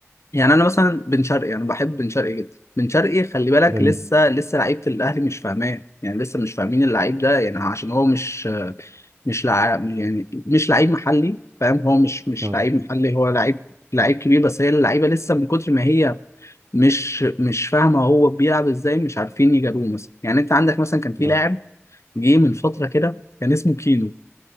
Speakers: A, on the left; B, on the right.
A: يعني انا مثلا بن شرقي انا بحب بن شرقي جدا بن شرقي خلي بالك
B: جميل
A: لسه لسه لعيبه الاهلي مش فاهماه يعني لسه مش فاهمين اللعيب ده يعني عشان هو مش مش لع... يعني مش لعيب محلي فاهم هو مش مش
B: اه
A: لعيب محلي هو لعيب لعيب كبير بس هي اللعيبه لسه من كتر ما هي مش مش فاهمه هو بيلعب ازاي مش عارفين يجاروه مثلا يعني انت عندك مثلا كان في
B: اه
A: لاعب جه من فتره كده كان اسمه كينو